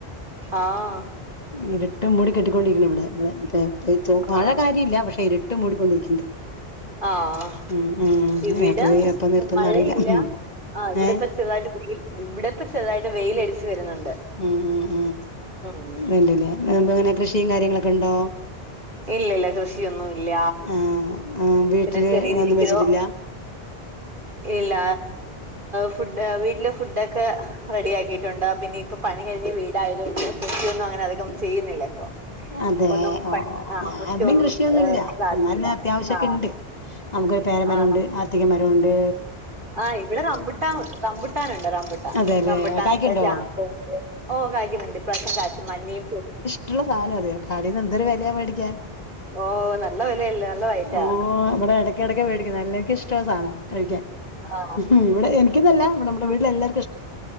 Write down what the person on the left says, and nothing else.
ഇരുട്ടും മൂടി കെട്ടിക്കൊണ്ടിരിക്കാ ഇവിടെ ഇടെ
മഴ കാര്യമല്ല പക്ഷെ ഇ ഇരുട്ട് മൂടിക്കൊണ്ടിരിക്കുന്നുണ്ട്
ഉം ഉം
എപ്പ എപ്പ നിർത്തുംന്ന്
അറിയില്ല ഉം
ഏഹ്
ഉം ഉം ഉം
ഇണ്ടല്ലേ ഇങ്ങനെ കൃഷിയും കാര്യങ്ങളൊക്കെ ഉണ്ടോ
ആ ആ വീട്ടില്
ഒന്നും വച്ചിട്ടില്ല
അതെ
ഓഹ്
ഓഹ്
ഞാൻ
ഇവിടയും കൃഷിയൊന്നുല്ലാ
എന്നാലും അത്യാവശ്യൊക്കെ
ഇണ്ട് നമുക്ക് ഒരു പേരമരം
ഉണ്ട് ത്തിക മരോണ്ട്
അതെല്ലേ
കായ്ക്ക്ണ്ടോ?
ട്ടുള്ള സാധനം അത് കടേന്ന് എന്തൊരു വിലയാ മേടിക്കാ
ഓ ഇവിടെ ഇടക്കെടക്ക് വേടിക്കും നല്ല എനിക്ക് ഇഷ്ടാ സാധനം കഴിക്കാൻ
ഉം ഇവിടെ എനിക്കെന്നല്ല ഇവിടെ നമ്മുടെ വീട്ടില് എല്ലാർക്കും